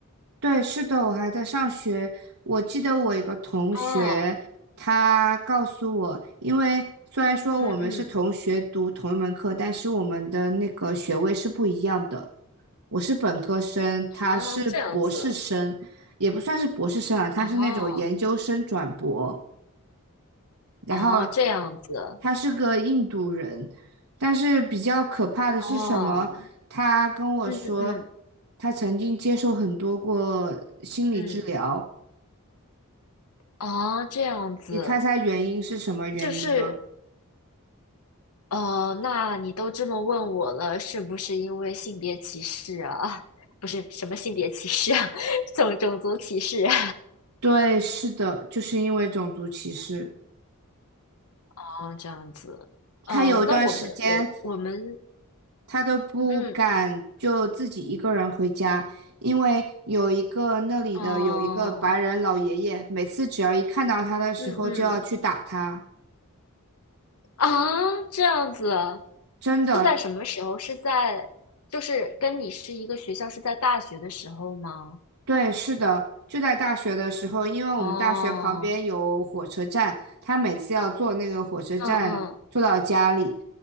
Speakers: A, on the right; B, on the left.
A: 对，是的，我还在上学。我记得我一个同学，
B: 哦，
A: 他告诉我，因为虽然说我们是同学读同一门课，
B: 嗯嗯，
A: 但是我们的那个学位是不一样的。我是本科生，他是博士生，
B: 哦，这样子，
A: 也不算是博士生啊，他是那种研究生转博。
B: 哦
A: 然后
B: 哦，这样子，
A: 他是个印度人，但是比较可怕的是什么？
B: 哦，
A: 他跟我说，
B: 嗯嗯
A: 他曾经接受很多过心理治疗，
B: 嗯。啊，这样子，
A: 你猜猜原因是什么原因呢？
B: 就是？呃，那你都这么问我了，是不是因为性别歧视啊？<laughs> 啊不是什么性别歧视啊，<laughs> 种种族歧视啊，
A: 对，是的，就是因为种族歧视。
B: <laughs> 哦，这样子。呃，
A: 他有一段时间，
B: 那我们，我我们，
A: 他都不敢就自己一个人回家，
B: 嗯，
A: 因为有一个那里的有一个白人老爷爷，
B: 哦，
A: 每次只要一看到他的时候就要去打他，
B: 嗯嗯，啊，这样子，
A: 真的。
B: 是在什么时候？是在就是跟你是一个学校，是在大学的时候吗？
A: 对，是的，就在大学的时候，因为我们大学旁边有火车站，
B: 哦，
A: 他每次要坐那个火车站坐到家里，
B: 嗯嗯